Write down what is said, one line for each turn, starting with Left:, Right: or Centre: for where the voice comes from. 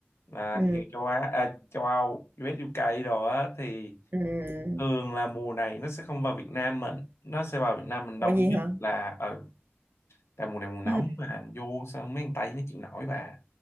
Left: là
Right: Ừ
Left: thị trường châu Á à, châu Âu US UK đồ á thì
Right: Ừ
Left: thường là mùa này nó sẽ không vào Việt Nam mình nó sẽ vào Việt Nam mình
Right: Ủa
Left: đông
Right: gì
Left: nhất
Right: hả
Left: là ở tại mùa này mùa nóng
Right: Ừ.
Left: mà vô sao mấy thằng Tây nó chịu nổi bà